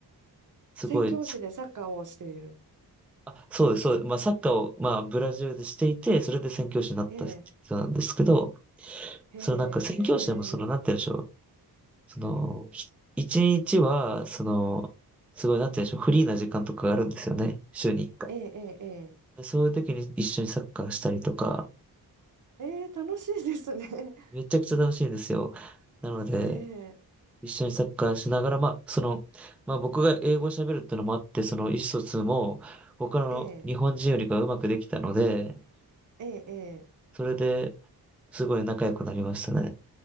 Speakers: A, in the centre; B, on the right.
A: すごい、
B: 宣教師でサッカーをしている。
A: あ、そうです、そうです。まあサッカーを、まあブラジルでしていて、それで宣教師になった人なんですけど、
B: ええ、へえ、
A: そのなんか宣教師でもその、なんて言うんでしょう。その、ひ一日は、その、すごい、なんて言うんでしょう。フリーな時間とかがあるんですよね。週に一回。
B: ええ、ええ、
A: でそういう時に一緒にサッカーしたりとか、
B: ええ、ええ楽しいですね。<laughs>
A: めちゃくちゃ楽しいんですよ。なので、
B: ええ、
A: 一緒にサッカーしながら、まあ、その、まあ僕が英語を喋るってのもあって、その意思疎通も他の日本人よりかうまくできたので、
B: ええ、ええ、え
A: それですごい仲良くなりましたね。